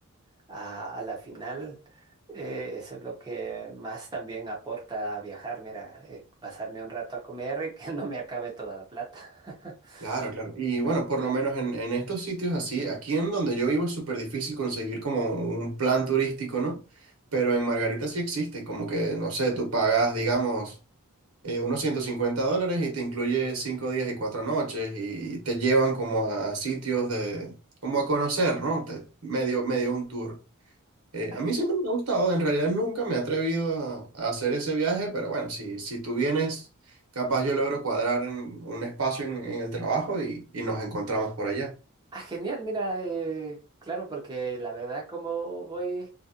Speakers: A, on the right; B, on the right.
A: a, a la final eh, eso es lo que más también aporta a viajar, mira, eh, pasarme un rato a comer y que <laughs> no me acabe toda la plata. <laughs>
B: Claro, claro.
A: Sí,
B: Y
A: Claro.
B: bueno, por lo menos en, en estos sitios así, aquí en donde yo vivo es súper difícil conseguir como un plan turístico, ¿no? Pero en Margarita sí existe, como que, no sé, tú pagas, digamos, eh, unos 150 dólares y te incluye cinco días y cuatro noches y te llevan como a sitios de, como a conocer, ¿no? Te- medio, medio un tour. Eh,
A: Ah,
B: a mí siempre me ha gustado, en realidad nunca me he atrevido a, a hacer ese viaje, pero bueno, si, si tú vienes, capaz yo logro cuadrar en un espacio en, en el trabajo y, y nos encontramos por allá.
A: ah, genial, mira, eh, claro, porque la verdad como voy